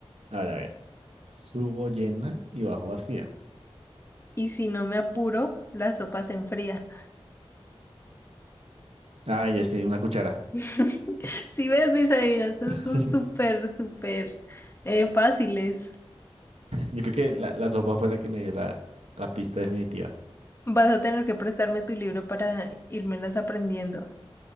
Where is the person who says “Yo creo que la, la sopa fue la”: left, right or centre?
Right